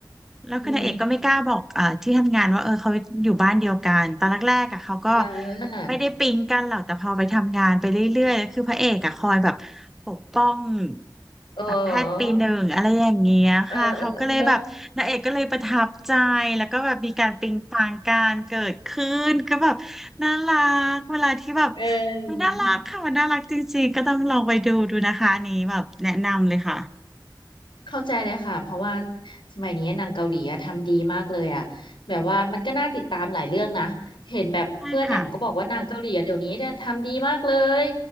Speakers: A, in the centre; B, on the left.
A: แล้วคือนางเอกก็ไม่กล้าบอกเอ่อที่ทำงานว่าเออเขาอยู่บ้านเดียวกันตอนแรกๆอะเขาก็
B: อืมเออ
A: ไม่ได้ปิ๊งกันหรอกแต่พอไปทำงานไปเรื่อยๆแล้วคือพระเอกอะคอยแบบปกป้อง
B: เออ
A: แบบแพทย์ปีหนึ่งอะไรอย่างเงี้ยค่ะเขาก็เลยแบบนางเอกก็เลยประทับใจแล้วก็แบบมีการปิ๊งปังการเกิดขึ้นก็แบบน่ารักเวลาที่แบบ
B: เออเออเออเออ
A: มันน่ารักค่ะมันน่ารักจริงๆก็ต้องลองไปดูดูนะคะอันนี้แบบแนะนำเลยค่ะ
B: เข้าใจเลยค่ะเพราะว่าสมัยนี้หนังเกาหลีอะทำดีมากเลยอะแบบว่ามันก็น่าติดตามหลายเรื่องนะเห็นแบบเพื่อนแอมก็บอกว่าหนังเกาหลีอะเดี๋ยวนี้เนี่ยทำดีมากเลย
A: ได้ค่ะ